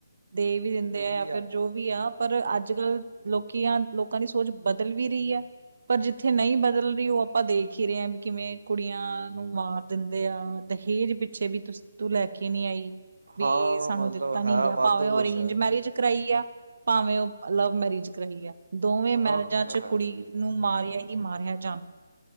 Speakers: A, on the right; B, on the right.
A: ਦੇ ਵੀ ਦਿੰਦੇ ਆ
B: ਜੀ
A: ਜਾਂ ਫਿਰ ਜੋ ਵੀ ਆ ਪਰ ਅੱਜ ਕੱਲ ਲੋਕੀਆਂ ਲੋਕਾਂ ਦੀ ਸੋਚ ਬਦਲ ਵੀ ਰਹੀ ਹੈ। ਪਰ ਜਿੱਥੇ ਨਹੀਂ ਬਦਲ ਰਹੀ ਉਹ ਆਪਾਂ ਦੇਖ ਹੀ ਰਹੇ ਹਾਂ ਵੀ ਕਿਵੇਂ ਕੁੜੀਆਂ ਨੂੰ ਮਾਰ ਦਿੰਦੇ ਆ ਦਹੇਜ ਪਿੱਛੇ ਵੀ ਤੂੰ ਲੈ ਕੇ ਨੀ ਆਈ ਵੀ
B: ਹਾਂ
A: ਸਾਨੂੰ
B: ਮਤਲਬ
A: ਦਿੱਤਾ ਨੀ
B: ਹੈ
A: ਗਯਾ
B: ਵਾਧੂ
A: ਭਾਵੇਂ ਉਹ
B: ਕੁਛ,
A: ਅਰੇਂਜ ਮੈਰਿਜ ਕਰਾਈ ਆ ਭਾਵੇਂ ਉਹ ਲਵ ਮੈਰਿਜ। ਰਹੀ ਹੈ, ਦੋਵੇਂ ਮੈਰਿਜਾਂ
B: ਹਾਂ ਉਹ ਤਾਂ
A: ਚ
B: ਹੈ
A: ਕੁੜੀ
B: ਜੀ।
A: ਨੂੰ ਮਾਰਿਆ ਹੀ ਮਾਰਿਆ ਜਾਂਦਾ।